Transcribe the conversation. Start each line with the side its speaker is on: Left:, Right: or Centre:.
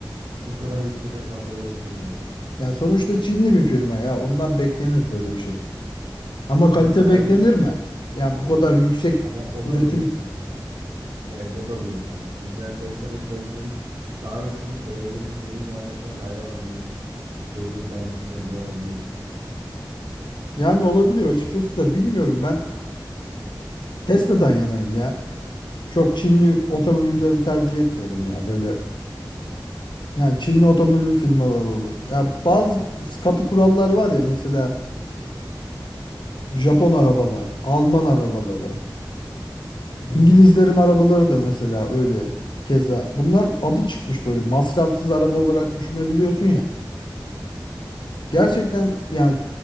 Right: O kadar yüksek rakamlara ulaşabiliyor.
Left: Yani sonuçta Çinli bir firma ya. Ondan beklenir böyle bir şey. Ama
Right: Evet
Left: kalite
Right: ya
Left: beklenir
Right: o yüzden
Left: mi? Yani bu kadar yüksek
Right: ama o
Left: üretim
Right: da değişti. Evet o da değişti artık. Mesela Tesla'daki kalitenin daha iyisini belediyenin premium araçlarına dahi alabiliyorsun. Basic araçlarına bile alabiliyorsun.
Left: yani olabilir açıkçası da bilmiyorum ben Tesla'dan yanayım ya. Çok Çinli otomobilleri tercih etmiyorum ya böyle Yani Çinli otomobil firmaları olur. Ya bazı katı kurallar var ya mesela Japon arabalar, Alman arabaları,
Right: Hı
Left: İngilizlerin
Right: hı.
Left: arabaları da mesela öyle. Keza bunlar adı çıkmış böyle masrafsız araba olarak düşünebiliyorsun ya. Gerçekten yani